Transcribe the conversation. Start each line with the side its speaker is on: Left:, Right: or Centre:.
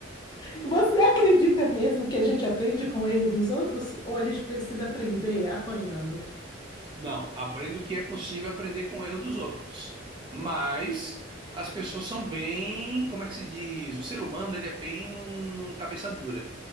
Left: Você acredita mesmo que a gente aprende com o erro dos outros ou a gente precisa aprender apanhando?
Right: Não, aprendo o que é possível aprender com o erro dos outros. Mas as pessoas são bem, como é que se diz? O ser humano, ele é bem cabeça dura.